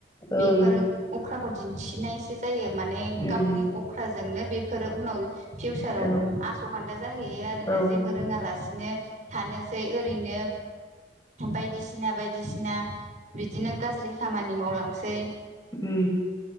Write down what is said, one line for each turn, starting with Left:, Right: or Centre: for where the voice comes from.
Right: बेफोर
Left: ओं
Right: अख्राखौ दिन्थिनायसो जायो माने
Left: उम
Right: गावनि अख्रा जोंनो बेफोरो उनाव फिउचाराव
Left: औ
Right: आस' खान्था जाहैयो आरोना
Left: औ ओं
Right: जेबो रोङालासिनो थानोसै ओरैनो। बायदिसिना बायदिसिना बिदिनो गाज्रि खामानि मावलांसै।
Left: उम